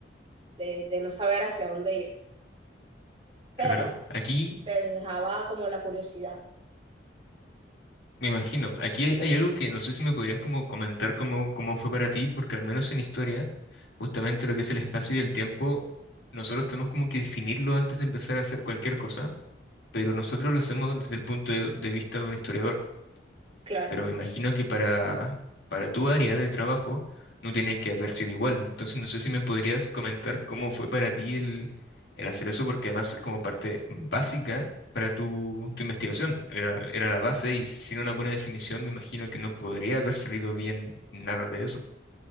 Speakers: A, on the right; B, on the left.
A: de, de no saber hacia dónde ir, pero
B: Claro, aquí
A: te dejaba como la curiosidad,
B: me imagino, aquí hay, hay algo que no sé si me podrías como comentar cómo, cómo fue para ti, porque al menos en historia, justamente lo que es el espacio y el tiempo, nosotros tenemos como que definirlo antes de empezar a hacer cualquier cosa, pero nosotros lo hacemos desde el punto de de vista de un historiador.
A: claro.
B: Pero me imagino que para, para tu área de trabajo no tiene que haber sido igual. Entonces no sé si me podrías comentar cómo fue para ti el, el hacer eso, porque además es como parte básica para tu, tu investigación. Era, era la base y sin una buena definición me imagino que no podría haber salido bien nada de eso.